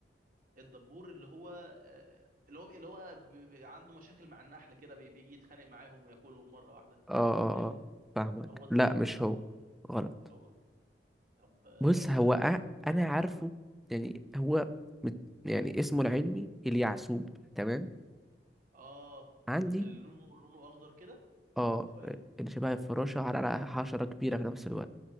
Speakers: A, on the right (about 50°); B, in the centre.
A: الدبور اللي هو آه، اللي هو اللي هو ب- ب- عنده مشاكل مع النحل كده بي- بيجي يتخانق معاهم وياكلهم مرة واحدة
B: اه اه
A: فاهمني
B: اه فاهمك
A: هو الدبور
B: لا مش هو غلط
A: مش هو طب اه
B: بص هو أ- انا عارفه يعني هو مت يعني اسمه العلمي اليعسوب تمام
A: آه،
B: عندي
A: ال- ال- لونه لونه اخضر كده
B: اه
A: شوية
B: اللي شبه الفراشة على على حشرة كبيرة في نفس الوقت